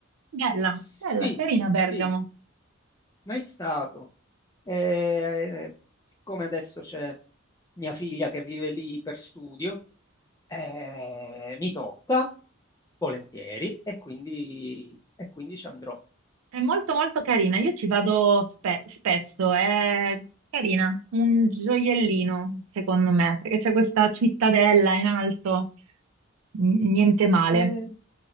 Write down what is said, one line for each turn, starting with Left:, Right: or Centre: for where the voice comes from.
Right: Bella,
Left: Sì,
Right: bella, carina Bergamo.
Left: sì, mai stato. Eh, siccome adesso c'è mia figlia che vive lì per studio, eh, mi tocca volentieri e quindi, e quindi ci andrò.
Right: È molto molto carina. Io ci vado spe- spesso, è carina, un gioiellino, secondo me, perché c'è questa cittadella in alto, N- niente male.
Left: Eh,